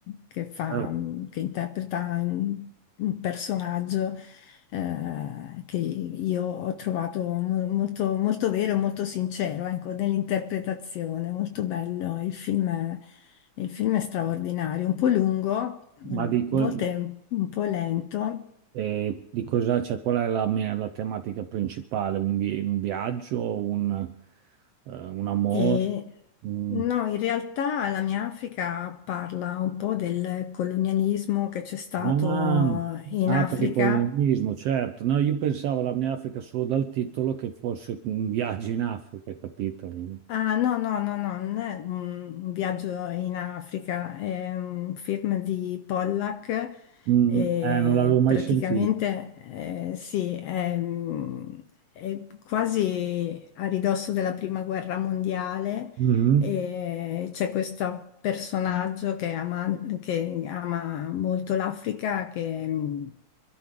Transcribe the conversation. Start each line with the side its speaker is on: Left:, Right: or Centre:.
Left: che fa,
Right: Eh,
Left: che interpreta un, un personaggio eh, che io ho trovato mo- molto, molto vero, e molto sincero, ecco, nell'interpretazione, molto bello. Il film è, il film è straordinario, un po' lungo, eh,
Right: Ma
Left: a
Right: di, co-
Left: volte è un un po' lento.
Right: eh, di cosa, cioè, qual è la, mia- la tematica principale? Un, vi- un viaggio, un, eh, un amore?
Left: E
Right: Mm.
Left: no, in realtà la mia Africa parla un po' del colonialismo che c'è stato
Right: Ah,
Left: in
Right: ah,
Left: Africa.
Right: per il colonialismo, certo. No, io pensavo alla mia Africa solo dal titolo che fosse un viaggio in Africa, capito? Quindi,
Left: Ah, no, no, no, no, non è un un viaggio in Africa, è un film di Pollack.
Right: mm,
Left: E
Right: eh, non l'avevo mai
Left: praticamente
Right: sentito.
Left: eh, sì, è, mm, è quasi a ridosso della prima guerra mondiale
Right: Mhm.
Left: E c'è questo personaggio che ama, che ama molto l'Africa, che, mh,